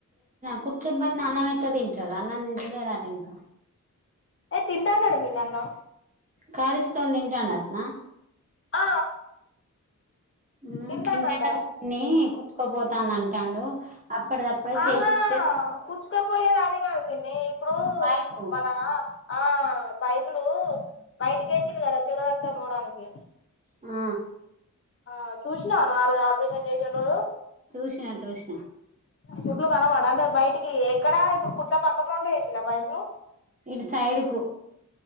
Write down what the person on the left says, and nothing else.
ఏ తింటానాడుం పిన్ని అన్నం
ఆ
తింటానంట
ఆహా
కుచక పోయ అది కాదు పిన్ని, ఇప్పుడు
మన ఆ పైపులు బయటక వేసిరు కదా చూడు రక్తం పోవడానికి,
ఆ చూసినావా నువ్వు ఆరోజు ఆపరేషన్ చేసిన రోజు
కుట్లు కనమాడ అంటే బయటికి ఎక్కడా ఇప్పుడు కుట్ల పక్క మ పంటె ఎసిలా పైపులు,